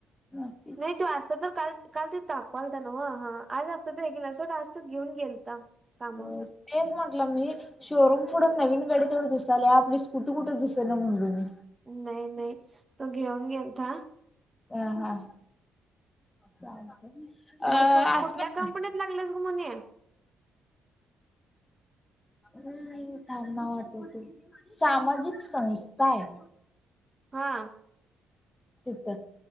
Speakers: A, on the left (about 15°); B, on the right (about 25°).
A: नक्कीच
B: नाही तू असता तर काल काल ते दाखवालता न्हव ह आज असतं ते रेग्युलर सोड आज तो घेऊन गेलता. कामा
A: अ तेच म्हंटलं मी शोरूम पुुढून नवीन डे तेवढं दिसाल्या आपली स्कुटी कुठे दि सेना म्हटलो मी
B: नाही नाही तो घेऊन गेलता
A: अह हा. अ
B: मग तू
A: आसमा
B: कुठल्या कंपनीत लागल्यास ग मने
A: हम्म थांब ना आठवते सामाजिक संस्था आहे.
B: हा.
A: तिथ.